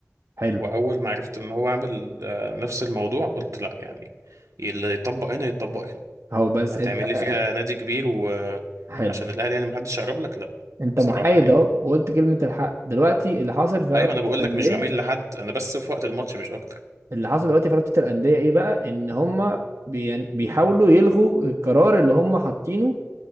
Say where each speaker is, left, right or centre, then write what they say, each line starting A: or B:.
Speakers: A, on the right; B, on the right.
A: حلو
B: واول ما عرفت ان هو عامل آه، نفس الموضوع قلت لا يعني اللي يطبق هنا يطبق هنا
A: هو بس
B: هتعمل
A: انت آه،
B: لي فيها
A: آه،
B: نادي كبير وعشان
A: حلو
B: الاهلي يعني محدش يقرب لك لا
A: انت
B: بصراحه
A: محايد
B: يعني
A: اهو وقلت كلمه الحق دلوقتي اللي حاصل في رابطه
B: ايوه انا بقول
A: الانديه
B: لك مش بميل لحد انا بس في وقت الماتش مش اكتر
A: اللي حاصل دلوقتي في رابطه الانديه ايه بقى ان هم بي... يعني بيحاولوا يلغوا القرار اللي هم حاطينه